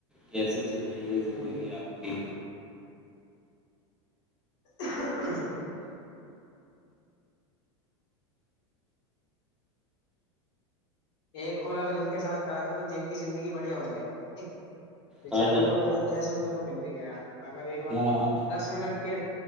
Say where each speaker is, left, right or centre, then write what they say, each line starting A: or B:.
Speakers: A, in the centre; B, on the left.
A: کیسے چل رہی ہے زندگی
B: ہوں
A: آپ کی
B: <inaudible> ایک کال اگر ان کے ساتھ کرات دو تو جن کی زندگی بڑھیا ہو جائے گی ب
A: ہاں
B: چاروں
A: جی
B: کو تو دہ سوں وہ ملتی گیا اگر ایک بار
A: ہاں
B: دس منٹ کے